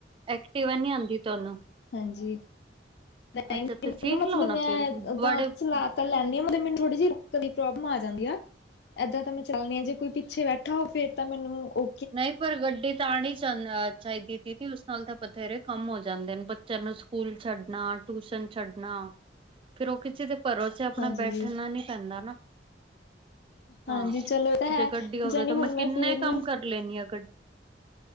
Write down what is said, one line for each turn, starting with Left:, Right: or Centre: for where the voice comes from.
Right: ਐਕਟਿਵਾ ਨੀ ਆਂਦੀ ਤੁਹਾਨੂੰ
Left: ਹਾਂਜੀ ਮੈਂ
Right: ਅੱਛਾ
Left: <unintelligible>
Right: ਤੇ ਸਿੱਖ
Left: ਨਾ ਮਤਲਬ
Right: ਲਓ
Left: ਮੈਂ
Right: ਫਿਰ
Left: ਉਦਾਂ
Right: ਬੜੇ
Left: ਚਲ ਲੈਂਨੀ ਆਂ ਮਤਲਬ ਮੈਨੂੰ ਥੋੜੀ ਜਿਹੀ <unintelligible> ਪ੍ਰੋਬਲਮ ਆ ਜਾਂਦੀ ਆ ਏਦਾਂ ਮੈਂ ਚੱਲਦੀ ਹਾਂ ਜੇ ਕੋਈ ਪਿੱਛੇ ਬੈਠਾ ਫਿਰ ਤਾਂ ਮੈਨੂੰ ਓ
Right: ਨਈ ਪਰ ਗੱਡੀ ਤਾਂ ਆਣੀ ਚਾ ਚਾਹੀਦੀ ਆ ਦੀਦੀ ਉਸ ਨਾਲ ਤਾਂ ਬਥੇਰੇ ਕੰਮ ਹੋ ਜਾਂਦੇ ਨੇ ਬੱਚਿਆਂ ਨੂੰ ਸਕੂਲ ਛੱਡਣਾ ਟਿਊਸ਼ਨ ਛੱਡਣਾ ਫਿਰ ਓ ਕਿਸੇ ਦੇ ਭਰੋਸੇ ਆਪਣਾ
Left: ਹਾਂਜੀ
Right: ਬੈਠਣਾ ਨੀ ਪੈਂਦਾ ਨਾ। ਹਾਂ
Left: ਹਾਂਜੀ ਚਲੋ ਇਹ ਤਾਂ ਹੈ
Right: ਜੇ ਗੱਡੀ ਹੋਵੇ
Left: ਜਾਣੀ
Right: ਤਾਂ
Left: ਹੁਣ
Right: ਮੈਂ ਕਿੰਨੇ
Left: ਫੇਰ
Right: ਕੰਮ
Left: ਵੀ
Right: ਕਰਨ ਸਿਖ ਲੈਣੀ ਆ ਗੱਡ